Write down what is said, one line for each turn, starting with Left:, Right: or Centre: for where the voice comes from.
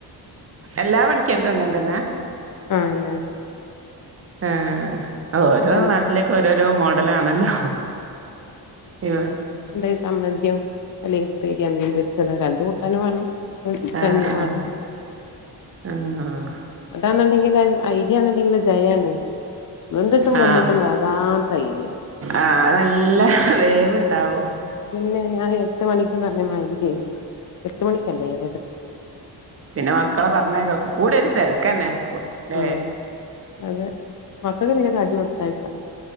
Right: എല്ലാ പണിക്കാർക്കും അങ്ങനെ തന്നെ
Left: ആഹ് എല്ല
Right: ആഹ് ഓരോ
Left: കഞ്ഞി
Right: നാട്ടിലേക്ക് ഓരോരോ മോഡലാണല്ലോ ഇവ
Left: എന്തെങ്കിലും ചമ്മന്തിയും അല്ലെങ്കി പ്പേരി മീൻ പൊരിച്ചത് രണ്ട് കൂട്ടാനും വേണം
Right: ആഹ്
Left: കഞ്ഞിയും
Right: ആഹ്
Left: വേണം
Right: ആഹ്
Left: അതാന്നുണ്ടെങ്കിൽ ഐര്യാന്നുണ്ടെങ്കിൽ ജയാണ് വെന്തിട്ടും വെന്തിട്ടും
Right: ആഹ്
Left: വേകാത്തര്യ
Right: ആഹ് അത് നല്ല വേവ്ണ്ടാവും
Left: പിന്നെ ഞാൻ എട്ട് മണിക്ക്ന്ന് പറഞ്ഞ് മൈദേ എട്ട് മണിക്കല്ലേ ഏഴര
Right: പിന്നെ മക്കളെ പറഞ്ഞാകേക്കൊ കൂടൽ തിരക്കന്നെ ല്ലേ
Left: ഉം അതെ. മക്കക്ക് പിന്നെ കാട്ടി കൊടുത്താല് സമ.